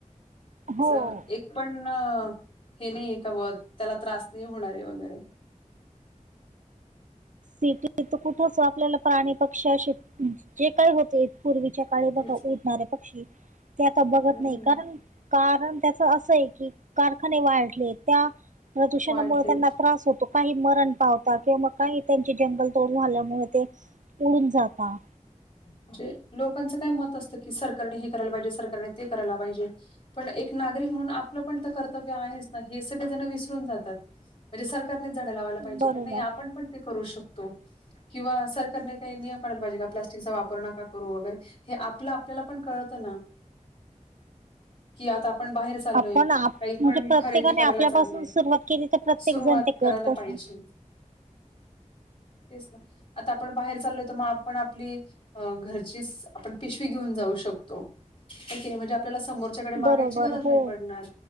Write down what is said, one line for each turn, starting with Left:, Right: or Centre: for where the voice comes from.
Right: हो
Left: असं एक पण हे नाही आहे का, वर त्याला त्रास नाही होणारे वगैरे.
Right: सिटीत खुपचं आपल्याला प्राणी पक्षी जे काय होते पूर्वीच्या सकाळी बघा
Left: तेच
Right: उठणारे
Left: ना.
Right: पक्षी ते आता बघत
Left: हम्म
Right: नाही, कारण कारण, त्याच असं आहे की कारखाने वाढलेत. त्या प्रदूषणामुळे
Left: वाढलेच.
Right: त्यांना त्रास होतो काही मरण पावता किंवा म काही त्यांचे जंगल तोड झाल्यामुळे ते उडून जातात
Left: म्हणजे लोकांचं काय मत असतं की, सरकारने हे करायला पाहिजे सरकारने ते करायला पाहिजे. पण एक नागरिक म्हणून आपलं पण तर, कर्तव्य आहेच ना हे सगळे जण विसरून जातात. म्हणजे सरकारनेच झाडं लावायला पाहिजे
Right: बरोबर
Left: का नाही आपण आपण पण ते करू शकतो किंवा सरकारने काय नियम काढायला पाहिजे का वापर नका करू वगैरे हे आप आपल्याला पण कळत ना कि आता आपण बाहेर चालूय
Right: आपण आप
Left: काही
Right: म्हणजे
Left: पण
Right: प्रत्येकाने
Left: खरेदी करायला
Right: आपल्यापासून
Left: चालूय
Right: सुरुवात केली तर प्रत्येक
Left: सुरुवात
Right: जण ते
Left: करायला
Right: करतच
Left: पाहिजे
Right: ना
Left: तेच ना आता आपण बाहेर चालोय तर मग आपण आपली घरचीच आपण पिशवी घेऊन जाऊ शकतो ओक नाही म्हणजे आपल्याला समोर च्याक मागाची
Right: बरोबर
Left: गरज नाही
Right: हो
Left: पडणार